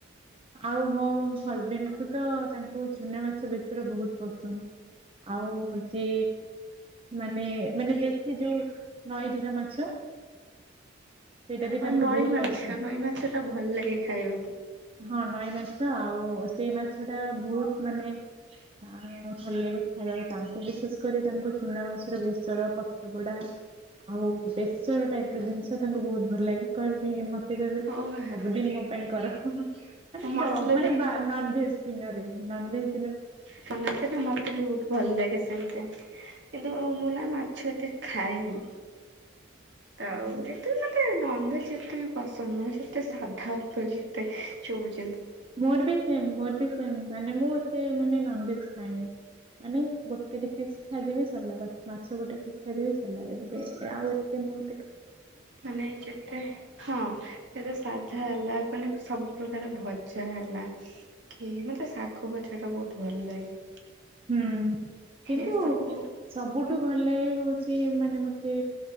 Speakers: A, on the right; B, on the right.
A: ଆଉ ମୋ ହଜବେଣ୍ଡ କୁ ତ ତାଙ୍କୁ ଚୁନା ମାଛ ବେଶି ବହୁତ ପସନ୍ଦ। ଆଉ ହଉଛି ମାନେ ମାନେ ଦେଶି ଯୋଉ ନଈ ଧରା ମାଛ ସେଇଟା ବି
B: ହଁ
A: ତାଙ୍କୁ
B: ନଈ
A: ବହୁତ
B: ମାଛ
A: ପସନ୍ଦ
B: ନଈ ମାଛ ଟ ଭଲ ଲାଗେ ଖାଇବା।
A: ହଁ ନଈ ମାଛ ତ ଆଉ ସେଇ ମାଛ ମାଛ ଟା ବହୁତ ମାନେ ଭଲ ଲାଗେ ଖାଇବାକୁ ତାଙ୍କୁ ବିଶେଷ କରି ତାଙ୍କୁ ଚୁନା ମାଛର ବେସର ପତ୍ରପଡା ଆଉ ବେସର ଟାଇପ ର ଜିନିଷ ତାଙ୍କୁ ବହୁତ ଭଲ ଲାଗେ କହିବି ମତେ କହିବେ
B: ଓ
A: ସବୁଦିନ ମ ପାଇଁ କର ମାନେ
B: ମସଲା ଦେଇ
A: ମାନେ ବା େ୍ତିନୋ ନନ୍ୱେଜ୍
B: ଶନାନ୍ତି ନା ମତେ ବି ବହୁତ ଭଲ ଲାଗେ ସେମିତି କିନ୍ତୁ ଅ ମୁନା ମାଛୁଆତ ଖାଇଏନି ତ
A: ହଁ ହଁ
B: ଏତ ମତେ ନନଭେଜ୍ ଯେତେ ବି ପସନ୍ଦ ନଁ ଯେତେ ସାଧା ଉପରେ ଯେତେ ଚବୁ
A: ମୋର ବି ସେମ୍ ମୋର ବି ସେମ୍ ମାନେ ମୁଁ ଏତେ ମାନେ ନନଭେଜ ଖାଏନି ମାନେ ଗୋଟେ ପିସ୍ ଖାଇଦେବି ସରିଲା ବା ମାଛ ଗୋଟେ ପିସ୍ ଖାଇଦେବି ସରିଲା ଏବେ ଆଉ ଏତେ ମୁଁ ଏେ
B: ମାନେ ଯେତେ ହଁ ଯେତେ ସାଧା ହେଲା। ମାନେ ସବୁ ପ୍ରକାର ଭଜା ହେଲା କି ମତେ ଶାଗ ଭଜା ଟା ବହୁତ ଭଲ ଲାଗେ।
A: ହୁଁ କିନ୍ତୁ
B: ଏ ସବୁ
A: ସବୁ ଠୁ ଭଲ ଲାଗେ ହଉଛି ମାନେ ମତେ